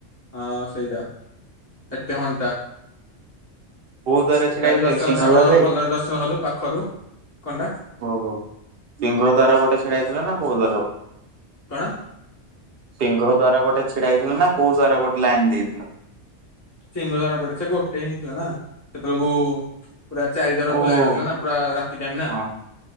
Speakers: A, on the left; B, on the right.
A: ହଁ ସେଇଟା ଏତେ ଘଣ୍ଟା।
B: କୋଉ ଦ୍ଵାର ଛିଡା
A: ତଥାପି
B: ହେଇଥିଲା
A: ଦର୍ଶନ
B: କି ସିଂହ
A: ଠାକୁରଙ୍କର
B: ଦାର ଦେଇକି
A: ଭଲରେ ଦର୍ଶନ କଲୁ ପାଖରୁ କଣ୍ଡା
B: ଓୋ ସିଂହ ଦ୍ୱାର ଗୋଟେ ଛିଡା ହେଥିଲା ନା ବୋ ଦଵାର ଗଟେ।
A: କଣ?
B: ସିଂହ ଦ୍ଵାରା ଗୋଟେ ଛିଡା ହେଇଥିଲା ନା କୋଉ ଦ୍ଵାରା ଗୋଟେ ଲାଇନ ଦେଇଥିଲ?
A: ସିଂହ ଧାର ପଟେ ସେ ଗୋଟେ ହିଁ ଥିଲା ନା ସେତେବେଳକୁ ପୁରା ଚାରି ଦ୍ୱାର ଖୋଲା
B: ଓହୋ
A: ହେଇନଥିଲା ନା ପୁରା ରାତି ଟାଇମ ନା
B: ହଁ